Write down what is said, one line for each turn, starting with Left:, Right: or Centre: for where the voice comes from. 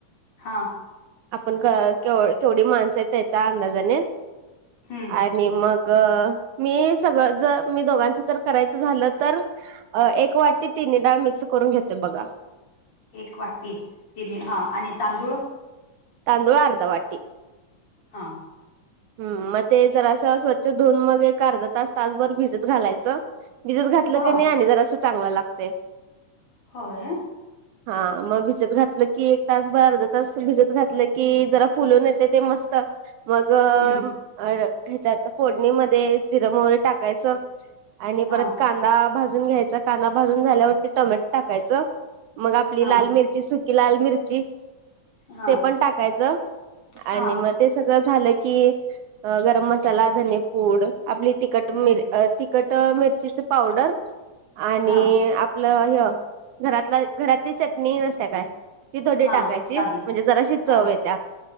Left: हा.
Right: आपण के केवढी माणसं आहे त्याच्या अंदाजाने
Left: हम्म
Right: आणि मग मी सगळं जर मी दोघांच तर करायचं झालं तर एक वाटी तिन् डाळ मिक्स करून घेते बघा.
Left: एक वाटी तिन हा आणि तांदूळ
Right: तांदूळ अर्ध वाटी
Left: हा.
Right: हम् मग ते जरा अस स्वच्छ धुून मग एक अर्ध तास तासभर भिजत घालायचं. भिजत घातलं
Left: हा
Right: की नाही आणि जर असं चांगलं लागत.
Left: होय.
Right: हा मग भिजत घातलं की एक तास बर अर्ध तास भिजत घातलं की जरा फुलून येते ते मस्त मगयचत
Left: हम्म
Right: फोडणीमध्ये जिरम व टाकायचं. आणि
Left: हा
Right: परत कांदा भाजून घ्यायचा कांदा भाजून झाल्यावरती टमॅटो टाकायचं. मग आपली
Left: हा
Right: लाल मिरची सुकी लाल मिर्ची
Left: हा
Right: ते पण टाकायचं आणि
Left: हा
Right: मग ते सगळं झालं की गरम मसाला धनी पूड आपली तिखट
Left: हम्म
Right: मिर तखट मिरचीच पावडर आणि
Left: हा
Right: आपलं ह घरातलं घरातली चटणी नसत्या काय ती थोडी
Left: हा
Right: टाकायची
Left: साधी
Right: म्हणजे जराशी
Left: हा
Right: चव येत त्या